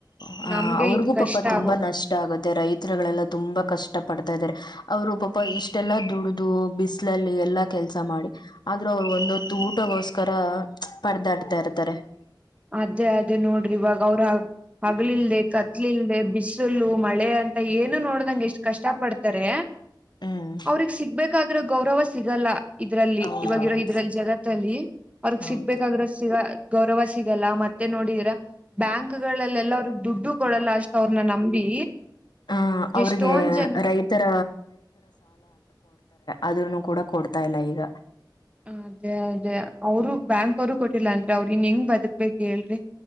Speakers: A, on the left; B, on the right.
A: ಹ
B: ನಮ್ಗೆ
A: ಅವ್ರಿಗೂ
B: ಇದ್ ಕಷ್ಟ
A: ಪಾಪ ತುಂಬಾ
B: ಆಗೋಗ
A: ನಷ್ಟ ಆಗುತ್ತೆ ರೈತರುಗಳೆಲ್ಲ ತುಂಬಾ ಕಷ್ಟ ಪಡ್ತ ತಾ ಇದಾರೆ ಅವ್ರು ಪಾಪ ಇಷ್ಟೆಲ್ಲಾ ದುಡ್ದು ಬಿಸ್ಲಲ್ಲಿ ಎಲ್ಲಾ ಕೆಲ್ಸ ಮಾಡಿ ಆದ್ರೂ ಅವರು ಒಂದೊತ್ತು ಊಟಗೋಸ್ಕರ ಪರ್ದಾಡ್ತಾ ಇರ್ತಾರೆ.
B: ಅದೇ ಅದೇ ನೋಡ್ರಿ ಇವಾಗ. ಗೌರ <unintelligible> ಬಲಿಲ್ಲದೆ ಬಿಸಿಲ್ಲ ಮಳೆ ಅಂತ ಏನು ನೋಡ್ದಂಗ ಎಷ್ಟ್ ಕಷ್ಟ ಪಡ್ತಾರೆ.
A: ಹ್ಮ್
B: ಅವ್ರಗ್ ಸಿಗ್ಬೇಕಾಗ ಗೌರವ ಸಿಗಲ್ಲ ಇದ್ರಲ್ಲಿ
A: ಹೌದೌದು
B: ಇವವಾಗಿರೋ ಇದ್ರಲ್ಲಿ ಜಗತ್ತಲ್ಲಿ ಅವ್ರಗ್
A: ಹೌದು
B: ಸಿಗ್ಬೇಕಾಗಿರೋ ಸಿಗ ಗೌರವ ಸಿಗಲ್ಲ ಮತ್ತೆ ನೋಡಿದೀರಾ ಬ್ಯಾಂಕ್ ಗಳಲ್ಲೆಲ್ಲ ಅವರು ದುಡ್ಡು ಕೊಡಲ್ಲ ಅಷ್ಟ ಅವ್ರನ್ನ ನಂಬಿ
A: ಆ ಅವ್ರಿಗೆ
B: ಎಷ್ಟೊಂದ ಜನ
A: ರೈತರ ಅದ್ರನು ಕೂಡ ಕೊಡ್ತಾ ಇಲ್ಲ ಈಗ
B: ಅದೇ ಅದೇ ಅವರು ಬ್ಯಾಂಕ್ ಅವರು ಕೊಟ್ಟಿಲ್ಲ ಅಂದ್ರೆ ಅವ್ರರು ಇನ್ ಹೆಂಗ ಬದಕ್ಬೇಕ್ ಹೇಳ್ರಿ